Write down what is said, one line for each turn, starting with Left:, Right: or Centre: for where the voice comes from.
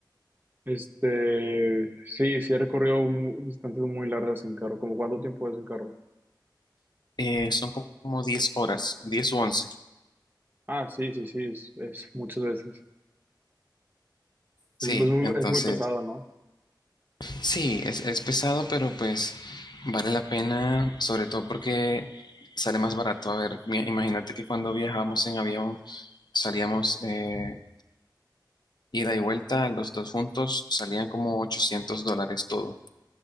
Right: Este, sí, sí he recorrido mu- distancias muy largas en carro, ¿como cuánto tiempo es en carro?
Left: Eh, son como diez horas, diez u once
Right: Ah, sí, sí, sí, es, es muchas veces. Es,
Left: Sí,
Right: es muy,
Left: entonces,
Right: es muy pesado, ¿no?
Left: sí, es, es pesado, pero pues vale la pena, sobre todo porque sale más barato. A ver, mi- imagínate que cuando viajábamos en avión, salíamos eh, ida y vuelta, los dos juntos, salían como 800 dólares todo.